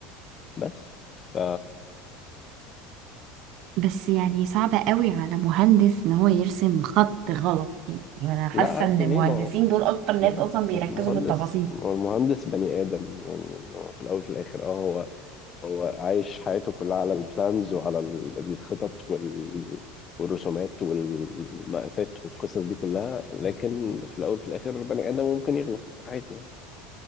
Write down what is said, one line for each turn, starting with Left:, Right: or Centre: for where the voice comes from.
Left: بس ف
Right: بس يعني صعبة قوي على مهندس ان هو يرسم خط غلط دي. يعني انا حاسة
Left: لا عادي
Right: ان المهندسين
Left: ليه ما هو
Right: دول اكتر ناس
Left: مهن-
Right: اصلا بيركزوا
Left: مهندس
Right: في التفاصيل
Left: ما هو المهندس بني آدم يعني ما هو في الأول وفي الآخر اه هو هو عايش حياته كلها على البلانز وعلى ال- الخطط وال والرسومات والمقاسات والقصص دي كلها لكن في الأول وفي الآخر بني آدم ممكن يغلط عادي يعني